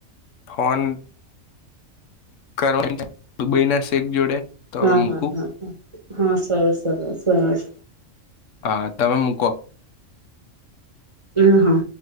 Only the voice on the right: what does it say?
હા
હા હા હા હા સરસ સરસ સરસ
એ હા